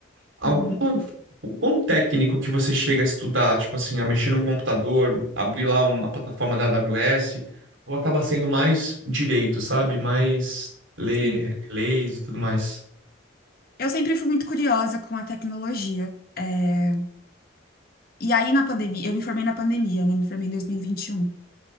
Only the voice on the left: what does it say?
Uhum.
Sim.
Eu sempre fui muito curiosa com a tecnologia. é, E aí, na pandemia, eu me formei na pandemia, né? Me formei em 2021.